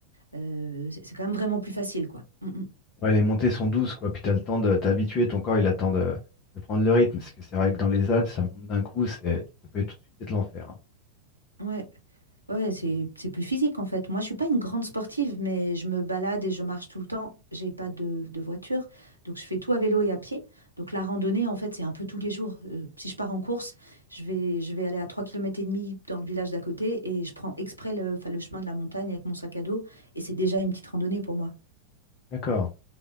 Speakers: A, on the right; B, on the left.
A: Euh, c'est c'est quand même vraiment plus facile, quoi. Mm, mm.
B: Ouais, les montées sont douces, quoi, puis t'as le temps de t'habituer, ton corps, il attend de, de prendre le rythme, parce que c'est vrai que dans les Alpes, ça monte d'un coup, c'est, ça peut tout de suite être l'enfer. hein.
A: Ouais, ouais, c'est c'est plus physique en fait. Moi, je suis pas une grande sportive, mais je me balade et je marche tout le temps. J'ai pas de, de voiture, donc je fais tout à vélo et à pied. Donc la randonnée, en fait, c'est un peu tous les jours. Euh, si je pars en course, je vais je vais aller à 3 kilomètres et demi dans le village d'à côté et je prends exprès le, enfin, le chemin de la montagne avec mon sac à dos et c'est déjà une petite randonnée pour moi.
B: D'accord.